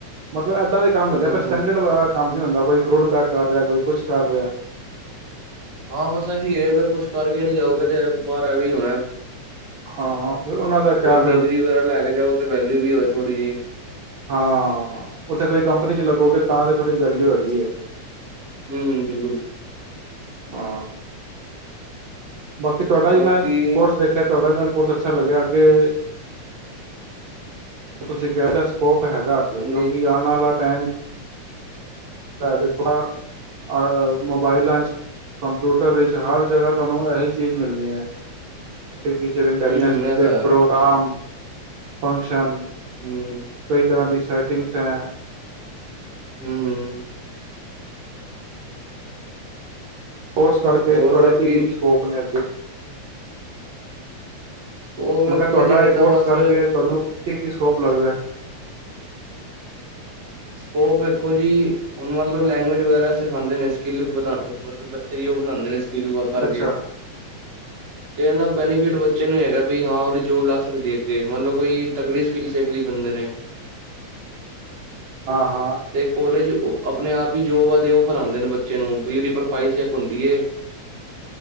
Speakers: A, on the right; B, on the right.
A: ਮਤਲਬ ਦੇ ਕੰਮ
B: ਹੂੰ-ਹੂੰ,
A: ਹੁੰਦੇ ਪਰ ਸਟੈਂਡਰਡ ਵਾਲਾ ਕੰਮ ਨ੍ਹੀਂ ਹੁੰਦਾ ਕੋਈ ਫਰੂਟ ਪੈਕ ਕਰ ਰਿਆ, ਕੋਈ ਕੁਛ ਕਰ ਰਿਆ
B: ਹਾਂ, ਬਸ ਇਹੀ ਐ, ਅਗਰ ਕੁਛ ਕਰਕੇ ਨਈਂ ਜਾਓਗੇ ਤੇ ਬਾਹਰ ਐਵੇਂ ਈ ਹੋਣਾ।
A: ਹਾਂ, ਉਹਨਾਂ ਦਾ ਕਿਆ
B: ਕੋਈ
A: ਫਿਰ।
B: ਡਿਗਰੀ ਵਗੈਰਾ ਲੈ ਕੇ ਜਾਓ ਵੈਲਿਊ ਵੀ ਹੋਏ ਥੋੜ੍ਹੀ ਜਹੀ।
A: ਹਾਂ, ਉੱਥੇ ਕੋਈ ਕੰਪਨੀ ਚ ਲੱਗੋਗੇ ਤਾਂ ਤਾਂ ਥੋੜ੍ਹੀ ਵੈਲਿਊ ਹੈਗੀ। ਜੀ ਹੈ।
B: ਹਂ, ਹਂ ਬਿਲਕੁਲ।
A: ਹਾਂ। ਬਾਕੀ ਤੁਹਾਡਾ
B: ਬਾਕੀ
A: ਹੀ ਮੈਂ ਕੋਰਸ ਦੇਖਿਆ ਤੁਹਾਡਾ ਮੈਨੂੰ ਕੋਰਸ ਅੱਛਾ ਲੱਗਿਆ ਅੱਗੇ ਤੁਸੀਂ ਕਹਿ ਦ ਸਕੋਪ ਹੈਗਾ ਅੱਗੇ
B: ਹਾਂਜੀ
A: ਕਿਉਂਕਿ ਆਣ ਵਾਲਾ ਟੈਮ ਦੇਖੋ ਅ ਮੋਬਾਈਲਾਂ ਚ ਕੰਪਿਊਟਰ ਇਚ ਹਰ ਜਗ੍ਹਾ ਤੁਹਾਨੂੰ ਇਹੀ ਚੀਜ਼ ਮਿਲਣੀ ਐ। ਟੀਚਰ ਇੰਟੈਲੀਜੈਂਸ
B: ਹੂੰ-ਹੂੰ ਐ ਤਾਂ
A: ਦੇ
B: ਹੈ
A: ਪ੍ਰੋਗਰਾਮ ਫੰਕਸ਼ਨ।
B: ਹੂੰ,
A: ਕੋਈ ਤਰ੍ਹਾਂ ਦੀ ਸੈਟਿੰਗਸ ਐਂ।
B: ਹੂੰ, ਹੂੰ।
A: ਕੋਰਸ ਕਰਕੇ
B: ਔਰ
A: ਤੁਹਾਡੇ
B: ਬਾਕੀ
A: ਕੀ ਕੀ ਸਕੋਪ ਨੇ ਅੱਗੇ।
B: ਉਹ ਵੇਖੋ
A: ਮੈਂ ਕਿਹਾ ਤੁਹਾਡਾ
B: ਜੇ
A: ਇਹ
B: ਤਾਂ
A: ਕੋਰਸ
B: ਬਸ
A: ਕਰਕੇ ਤੁਹਾਨੂੰ ਕੀ- ਕੀ ਸਕੋਪ ਲੱਗਦਾ।
B: ਸਕੋਪ ਵੇਖੋ ਜੀ। ਹੁਣ ਮੰਨ ਲਓ ਲੈਂਗੁਏਜ ਵਗੈਰਾ ਸਿਖਾਉਦੇ ਨੇ ਸਕਿੱਲ ਵਧਾ ਮਤਲਬ ਬੱਚੇ ਲਈ ਉਹ ਬਣਾਂਦੇ ਨੇ। ਕਿਲ ਵਰਕ ਕਰਕੇ।
A: ਅੱਛਾ
B: ਤੇ ਇਹਨਾ ਬੈਨੀਫਿਟ ਬੱਚੇ ਨੂੰ ਹੀ ਹੈਗਾ ਬ ਹਾਂ ਉਹਦੀ ਜੋਬ ਲਾ ਸਕਦੀ ਅੱਗੇ। ਮੰਨ ਲਓ ਕੋਈ ਤਕੜੀ ਸਕਿੱਲ ਸੇਖ ਲਈ ਬੰਦੇ ਨੇ
A: ਹਾਂ ਹਾਂ
B: ਤੇ ਕੋਲੇਜ ਉਹ ਆਪਣੇ ਆਪ ਹੀ ਜੋਬ ਉਹ ਫਰਾਉਂਦੇ ਨੇ ਬੱਚੇ ਨੂੰ ਬਈ ਉਹਦੀ ਪ੍ਰੋਫਾਈਲ ਚੈੱਕ ਹੁੰਦੀ ਏ।